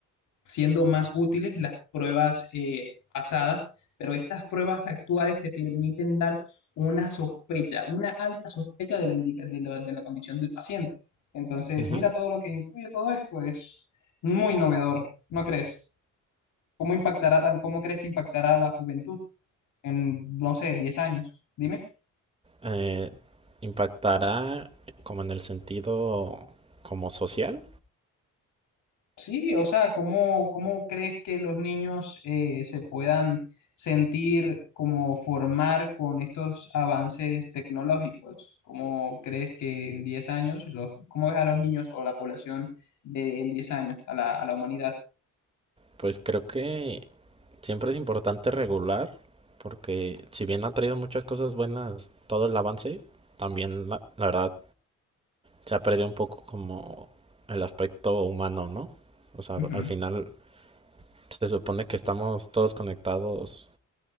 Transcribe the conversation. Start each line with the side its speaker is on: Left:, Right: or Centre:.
Left: siendo más útiles las pruebas eh, pasadas, pero estas pruebas actuales te permiten dar una sospecha, una alta sospecha de la, indica- de la, de la condición del paciente. Entonces,
Right: Ujú.
Left: mira todo lo que influye todo esto, es muy novedor, ¿no crees? ¿Cómo impactará tan, cómo crees que impactará a la juventud en, no sé, 10 años? Dime.
Right: Eh, ¿impactará como en el sentido como social?
Left: Sí, o sea, ¿cómo, cómo crees que los niños eh, se puedan sentir como formar con estos avances tecnológicos? ¿Cómo crees que en 10 años, los, cómo ves a los niños o la población de, en 10 años, a la, a la humanidad?
Right: Pues creo que siempre es importante regular, porque si bien ha traído muchas cosas buenas todo el avance, también la, la verdad se ha perdido un poco como el aspecto humano, ¿no? O sea,
Left: Ujú.
Right: al final se supone que estamos todos conectados